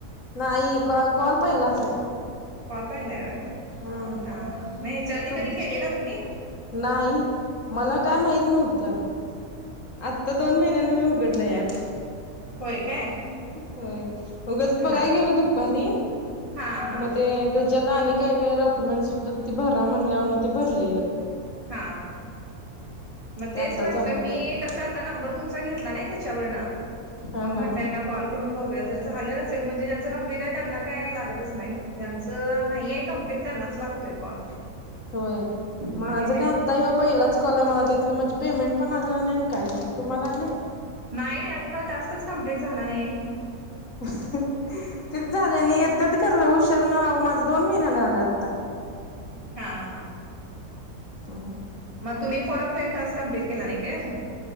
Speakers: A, on the left; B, on the right.
A: नाही का कॉल पहिलाच आहे.
B: कॉल पाहिला आहे
A: हम्म
B: होय मग ह्याच्या आधी
A: तुम
B: कधी केलेला तुम्ही?
A: नाही मला काय माहित नव्हतं. आत्ता दोन महिन्याने मी उघडलं ऍप.
B: होय काय.
A: होय उगच बघायला
B: हा
A: गेलं दुप्पारी
B: हा हा
A: मग ते त्याच्यात आणि काय काय डॉक्युमेंट्स होत ते भरा म्हणल्यावरन ते भरलेलं.
B: हा हा मग
A: ते
B: तेच
A: आत्ता
B: म्हटलं
A: चालू झालं
B: मी कसं नंबर तुमचा घेतला नाही त्याच्यावरन
A: हा
B: मग म्हटलं
A: हा
B: हयांना कॉल करून बघूया जर झाला असेल म्हणजे ज्याचं कंप्लीट आहे त्यांना काही लागतच नाही ज्याचं नाहीय कंप्लीट त्यांनाच लागतोय कॉल
A: होय.
B: मग
A: माझं
B: हे मे
A: काय आत्ता ह्यो पहिलाच कॉल मला त्यातलं म्हणजे पेमेंट पण आलेलं नाही काहीच नाही तुम्हाला आले?
B: नाही नाही अजून मला टास्कच कम्प्लीट झाला नाही आणि
A: तेच झाले आणि आता करलं हुशीर ना माझं दोन महिन्याने झालं आता
B: हा हा
A: ह
B: मग तुम्ही phone a friend task complete केला नाही काय अजून